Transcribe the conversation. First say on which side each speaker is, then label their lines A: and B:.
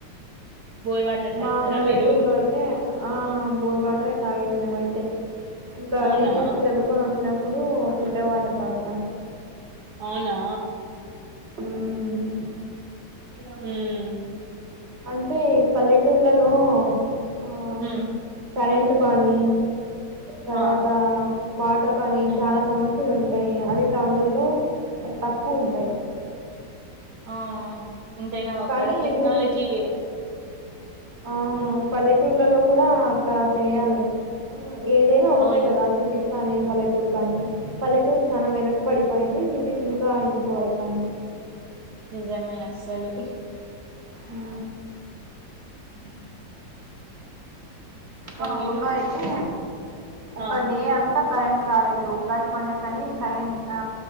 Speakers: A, on the right (about 65°); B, on the right (about 35°).
A: బోర్ వాటర్ తాగుతారా
B: మా పల్లెటూర్లో
A: మీరు
B: అయితే, ఆ బోరు వాటరె తాగేది. మానమైతే. ఇంకా
A: అవునా
B: తీస్కిజా చదుకోనచ్చు. చిన్నప్పుడూ ఫిల్టర్ వాటర్ తాగుతాము.
A: అవునా.
B: ఉమ్.
A: ఉమ్.
B: అంటే పల్లెటూర్లలో. <inaudible>
A: ఉమ్.
B: కరెంట్ పానీ. తర్వాత
A: ఆ
B: వాటర్ కానీ,
A: మ్మ్
B: చాలా సమస్యలు ఉ. అదే టౌన్లలో తక్కువ ఉంటాయి.
A: ఆ. ఎంతైనా అక్కడ
B: కానీ
A: టెక్నాలజీ
B: ఇప్పుడు
A: వేరు.
B: ఆ
A: మ్మ్
B: పల్లెటూలో లో. కూడా అట్లా చేయాలి. ఏదైనా ఒకటే
A: అవును
B: కదా, సిటీస్ కానీ పాల్లె. పూ కానీ పల్లెటూర్ చాలా వెనట్ పడిపోయింది సిటీస్ ఇంక ఇంప్రూవ్ అవుతాంది
A: నిజమే అస్సలు
B: ఉ
A: అ
B: మా
A: మీరు
B: ఊర్లొ అయితే ఒక
A: ఆ
B: డే అంత కరెంట్ రాలెదు ఉగాది పండక్కని కరెంట్ ఆ